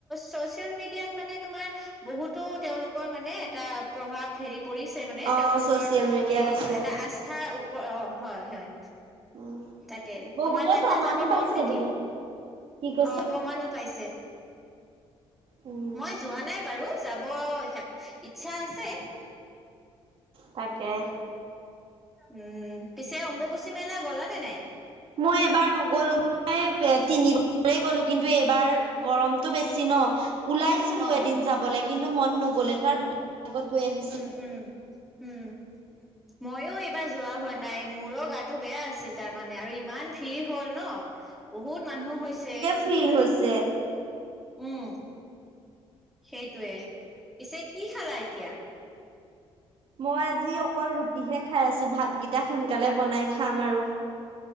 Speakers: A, in the centre; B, on the right.
A: ছ'চিয়েল মিডিয়াত মানে তোমাৰ বহুতো তেওঁলোকৰ মানে এটা প্ৰভাৱ হেৰি পৰিছে মানে
B: অ
A: তেওঁলোকৰ
B: চচিয়েল মিডিয়াত
A: এইটো
B: আছে।
A: এটা আস্থাৰ ওপ অ হয় হয়
B: উম
A: তাকে
B: বহুতে
A: তোমাৰ তাতে
B: প্ৰমাণো
A: যাব মন
B: পাইছে
A: নেকি
B: বোলে
A: অ
B: কি কৈছা
A: অপমানো পাইছে।
B: উম
A: মই যোৱা নাই বাৰু যাব হে ইচ্ছা আছে।
B: তাকে
A: উম পিছে অম্বুবুচী মেলা গ'লা নে নাই
B: মই এবাৰ নগলো এ পে তিনিবাৰে গ'লো কিন্তু এইবাৰ গৰমটো বেছি ন ওলাইছিলো
A: অ
B: এদিন যাবলে কিন্তু মন নগ'লে তাৰ দুদিন আগত গৈ আহি
A: উম উম উম মইয়ো এইবাৰ যোৱা হোৱা নাই মোৰো গাটো বেয়া আছিল তাৰমানে আৰু ইমান ভিৰ হ'ল ন বহুত মানুহ হৈছে
B: থিৰ হৈছে
A: উম সেইটোৱে পিছে কি খালা এতিয়া?
B: মই আজি অকল ৰুটিহে খাই আছো ভাতকেইটা সোনকালে বনাই খাম আৰু।